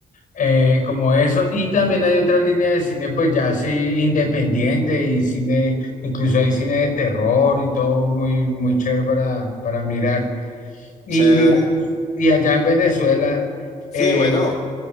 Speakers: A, on the left; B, on the left.
A: eh, como eso. Y también hay otra línea de cine pues ya así independiente y cine, incluso hay cine de terror y todo muy, muy chévere para, para mirar. Y
B: chévere.
A: digamos, y allá en Venezuela.
B: Sí,
A: Eh,
B: bueno.